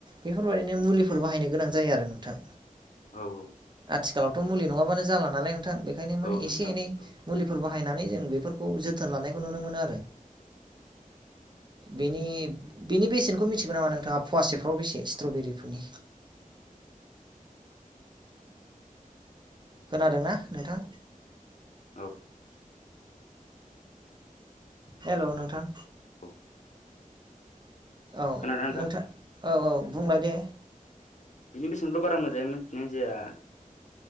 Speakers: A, on the right; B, on the left.
A: बेफोरबायदिनो मुलिफोर बाहायनो गोनां जायो आरो नोंथां
B: औ औ
A: आथिखालावथ' मुलि नङाबानो जाला नालाय नोंथां बेनिखायनो माने
B: औ
A: एसे
B: नोंथां
A: एनै
B: औ
A: मुलिफोरखौ बाहायनानै जों बेफोरखौ जोथोन लानायखौ नुनो मोनो आरो बेनि बेनि बेसेनखौ मिथिगौ नामा नोंथाङा फवासे <inaudible> खोनादोंना नोंथां?
B: औ
A: हेल' नोंथां
B: औ
A: औ
B: खोनादोंना
A: नोंथां औ औ बुंलां दे
B: बिनि बेसेनथ' बारा मोजाङोमोन बिनो जाया